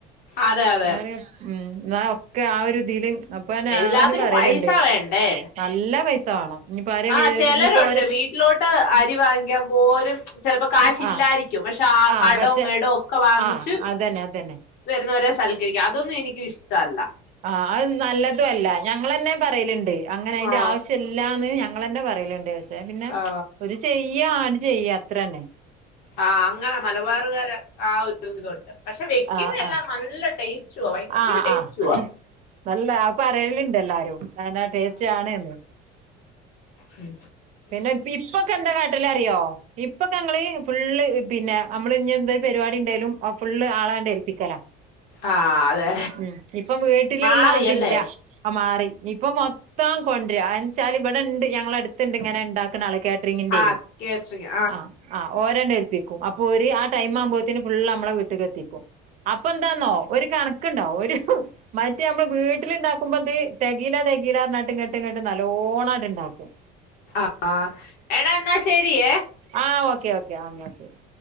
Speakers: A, on the left; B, on the right.
A: അതെ അതെ
B: അവര് ഉ നാ ഒക്കെ ആ ഒരു ഇതില് അപ്പൊങ്ങനെ ഞാനും
A: എല്ലാത്തിനും
B: പറയലുണ്ട്
A: പൈസ വേണ്ടേ
B: നല്ല പൈസ വേണം ഇനിയിപ്പോ ആരെ
A: ആ ചിലരുണ്ട്
B: ഇനിയിപ്പോ ഓരെ
A: വീട്ടിലോട്ട് അരി വാങ്ങിക്കാൻ പോലും ചെലപ്പോ കാശ് ഇല്ലായിരിക്കും
B: ആഹ്
A: പക്ഷെ ആ
B: ആഹ്
A: കടോം
B: പക്ഷെ
A: മേടം ഒക്കെ വാങ്ങിച്ച്
B: ആഹ് അതന്നെ അതന്നെ
A: വരുന്നവരെ സൽക്കരിക്കാം അതൊന്നും എനിക്ക് ഇഷ്ട്ടല്ല
B: ആ അത് നല്ലതുഅല്ല ഞങ്ങന്നെ പറയലുണ്ട് അങ്ങനെ അതിന്റെ
A: ആ
B: ആവശ്യംല്ലാന്ന് ഞങ്ങന്നെ പറയലണ്ടപക്ഷേ പിന്നെ
A: ആ
B: ഒരു ചെയ്യ ആട് ചെയ്യ അത്ര തന്നെ
A: ആഹ അങ്ങനെ മലബാറുകാര് ആ ഒരു ഇതുണ്ട് പക്ഷെ വെക്കുന്നതല്ലാം
B: ആഹ് ആഹ്
A: നല്ല ടേസ്റ്റവാ ഭയങ്കര
B: ആഹ്
A: ടേസ്റ്റവാ
B: ആഹ് നല്ല ആ പറലുണ്ട് എല്ലാരും അങ്ങനെ ടേസ്റ്റ് ആണേന്ന്
A: ഉം
B: പിന്നെ ഇപ്പൊക്കെ എന്താ കാട്ടിലറിയോ ഇപ്പൊക്കെങ്ങള് ഫുള്ള് പിന്നെ നമ്മള് ഇനി എന്തോരു പരിപാടി ഉണ്ടെലും ഫുള്ള് ആളാണ്ട് ഏൽപ്പിക്കലാ
A: ആ അതെ
B: ഇമ് ഇപ്പം വീട്ടിലുള്ള
A: മാറിയല്ലേ
B: അതില്ല ആ മാറി ഇപ്പൊ മൊത്തം കൊണ്ടരാ അനിച്ചാൽ ഇവിടെ ഇണ്ട് ഞങ്ങള അടുത്തുണ്ട് ഇങ്ങനെഇണ്ടാക്ണാ ആൾ കാറ്ററിംഗിന്റെയ്
A: ആ കേറ്ററിംഗ്
B: ആ ആ ഓരാണ്ട ഏൽപ്പിക്കും അപ്പൊ ഒര് ആ ടൈം ആകുമ്പോഴത്തിന് ഫുള്ള് നമ്മളെ വീട്ടക്ക് എത്തിക്കും. അപ്പൊ എന്താന്നോ ഒരു കണക്കുണ്ടാവോ ഒരു മറ്റേ നമ്മൾ വീട്ടിലുണ്ടാക്കുമ്പോത് തെകയിലാത് താകിലാർന്നട്ട് നാട്ടുംങ്ങെട്ടും കേട്ട് നല്ലോണംഉണ്ടാക്കും
A: ആഹ എട എന്നാ ശരിയേ
B: ആ ഓക്കെ ഓക്കെ എന്നാ ശരി.